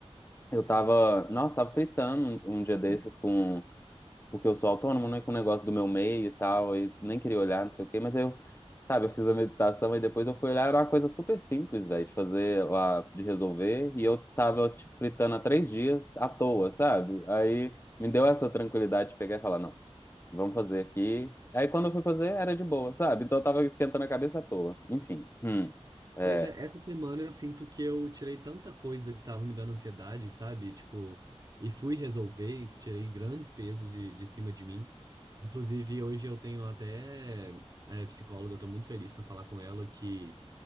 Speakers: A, on the left; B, on the right.
A: Eu tava, nossa, tava fritando um um dia desses com, porque eu sou autônomo, né, com o negócio do meu meio e tal, e nem queria olhar, não sei o quê, mas aí eu, sabe, eu fiz a meditação e depois eu fui olhar, era uma coisa super simples, velho, de fazer lá, de resolver, e eu tava, tipo, fritando há três dias à toa, sabe? Aí me deu essa tranquilidade de pegar e falar, não, vamos fazer aqui. Aí quando eu fui fazer, era de boa, sabe? Então eu tava esquentando a cabeça à toa. Enfim. Hum. É.
B: Pois é, essa semana eu sinto que eu tirei tanta coisa que tava me dando ansiedade, sabe? Tipo, e fui resolver, e tirei grandes pesos de, de cima de mim. Inclusive, hoje eu tenho até é, psicóloga, eu tô muito feliz pra falar com ela que